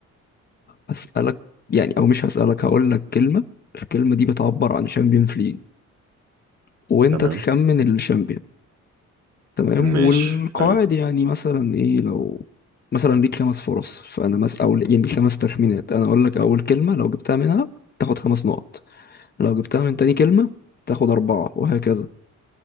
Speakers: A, on the left; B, on the right.
A: هسألك يعني او مش هسألك هقول لك كلمه الكلمه دي بتعبر عن شامبيون في ليج وانت
B: تمام
A: تخمن الشامبيون تمام
B: ماشي
A: والقواعد
B: حلو
A: يعني مثلا ايه لو مثلا ليك خمس فرص فانا مس او يعني ليك خمس تخمينات انا اقول لك اول كلمه لو جبتها منها تاخد خمس نقط لو جبتها من تاني كلمه تاخد اربعه وهكذا